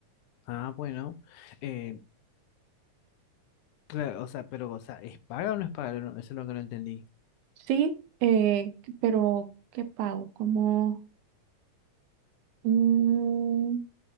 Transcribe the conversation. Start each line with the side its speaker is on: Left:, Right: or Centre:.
Left: Ah, bueno. Eh, claro, o sea, pero, o sea, ¿es paga o no es paga? No, eso es lo que no entendí.
Right: Sí, eh, pero ¿qué pago? Como, mm,